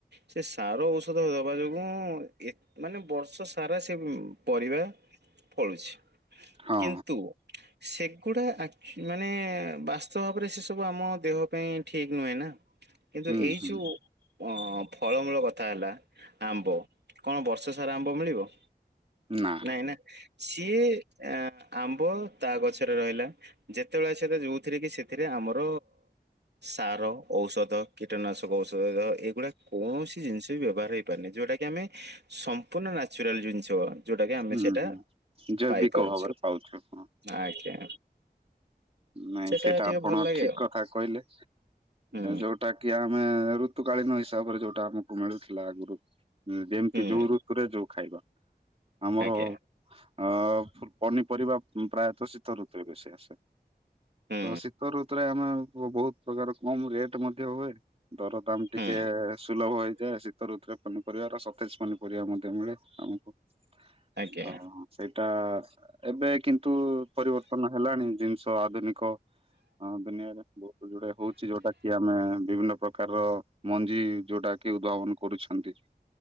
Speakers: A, on the right; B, on the right.
A: ସେ ସାର ଔଷଧ ଦବା ଯୋଗୁଁ ଏତ ‌ମାନେ ବର୍ଷ ସ ସାରା ସେ ପରିବା ଫଳୁଛି
B: ହଁ
A: କିନ୍ତୁ ସେଗୁଡା ଆଚୁ ମାନେ ବାସ୍ତବ ଭାବରେ ସେ ସବୁ ଆମ ଦେହ ପାଇଁ ଠିକ ନୁହେଁ ନା।
B: <inaudible>
A: କିନ୍ତୁ ଏଇ
B: ହୁଁ
A: ଯଉ ହଁ, ଫଳମୂଳ କଥା ହେଲା ଆମ୍ବ କଣ ବର୍ଷ ସାରା ଆମ୍ବ ମିଳିବ?
B: ନା
A: ନାଇଁ ନା ସିଏ ଆମ୍ବ ତା ଗଛରେ ରହିଲା ଯେତେବେଳେ ସେ ଯୋଉଥିରେ କି ସେଥିରେ ଆମର ସାର, ଔଷଧ କୀଟନାଶକ ଔଷଧ ଏଗୁଡା କୌଣସି ଜିନିଷ ବି ବ୍ୟବହାର ହେଇପାରୁନି ଯଉଟା କିି ଆମେ ସମ୍ପୂର୍ଣ୍ଣ ନା ନେଚୁରାଲ୍ ଜିନିଷ ଯୋଉଟାକି ଆମେ
B: ହୁଁ
A: ସେଟା
B: ହୁଁ ଜୈବିକ
A: ପାଇ ପାରୁଛେ,
B: ଭାବରେ ପାଉଛୁ ହଁ
A: ଆଜ୍ଞା।
B: ନାଇଁ
A: ସେଟା
B: ସେଇଟା
A: ଟିକେ
B: ଆପଣ
A: ଭଲ ଲାଗେ
B: ଠିକ୍
A: ଆଉ
B: କଥା କହିଲେ
A: ହୁଁ
B: ଯୋଉଟା କି ଆମେ ଆମେ ଋତୁକାଳୀନ ହିସାବରେ ଯୋଉଟା ଆମକୁ ମିଳୁଥିଲା ଆଗରୁ। ଯେମିତି
A: ହୁଁ
B: ଯୋଉ ଋତୁରେ ଯୋଉ ଖାଇବା ଆମର
A: ଆଜ୍ଞା
B: ଅ ପନିପରିବା ପ୍ରାୟତଃ ଶୀତ ଋତୁରେ ବେଶୀ ଆସେ।
A: ହୁଁ
B: ତ ଶୀତ ଋତୁରେ ଆମେ ବହୁତ୍ ପ୍ରକାର କମ୍ ରେଟ ମଧ୍ୟ ହୁଏ ଦର ଦାମ ଟିକେ
A: ହୁଁ
B: ସୁଲଭ ହେଇଯାଏ ଶୀତ ଋତୁରେ। ପନିପରିବାର ସତେଜ୍ ପନିପରିବା ମଧ୍ୟ ମିଳେ ଆମକୁ
A: ଆଜ୍ଞା
B: ତ ସେଇଟା ଏବେ କିନ୍ତୁ ପରିବର୍ତ୍ତନ ହେଲାଣି ଜିନିଷ ଆଧୁନିକ ହଁ, ଦୁନିଆରେ ବହୁତ୍ ଯୋଉଟା ହଉଛି ଯୋଉଟା କି ଆମେ ବିଭିନ୍ନ ପ୍ରକାରର ମଞ୍ଜି ଯୋଉଟା କି ଉଦ୍ଭାବନ କରୁଛନ୍ତି।